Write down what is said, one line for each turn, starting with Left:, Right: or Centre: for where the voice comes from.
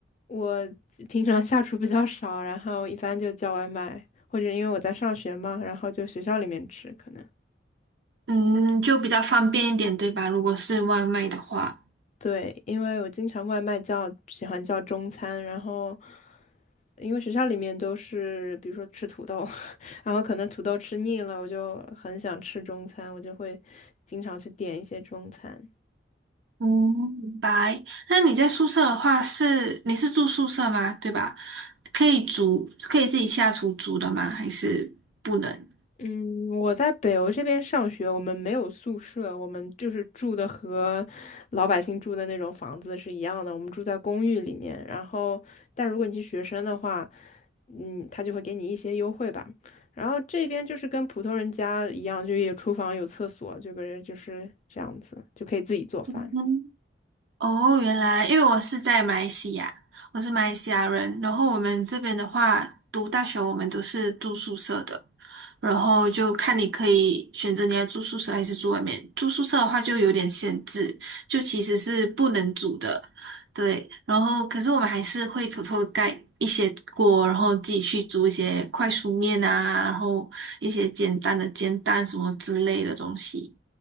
Left: 我平常下厨比较少，然后一般就叫外卖，或者因为我在上学嘛，然后就学校里面吃可能。
Right: 嗯，就比较方便一点，对吧？如果是外卖的话。
Left: 对，因为我经常外卖叫，喜欢叫中餐，然后因为学校里面都是，比如说吃土豆，<laughs> 然后可能土豆吃腻了，我就很想吃中餐，我就会经常去点一些中餐。
Right: 嗯，明白。那你在宿舍的话是，你是住宿舍吗？对吧？可以煮，可以自己下厨煮的吗？还是不能？
Left: 嗯，我在北欧这边上学，我们没有宿舍，我们就是住的和老百姓住的那种房子是一样的，我们住在公寓里面。然后，但如果你是学生的话，嗯，他就会给你一些优惠吧。然后这边就是跟普通人家一样，就有厨房有厕所，这个人就是这样子，就可以自己做饭。
Right: 嗯哦，原来，因为我是在马来西亚，我是马来西亚人，然后我们这边的话，读大学我们都是住宿舍的，然后就看你可以选择你要住宿舍还是住外面。住宿舍的话就有点限制，就其实是不能煮的，对。然后可是我们还是会偷偷盖一些锅，然后自己去煮一些快熟面啊，然后一些简单的煎蛋什么之类的东西，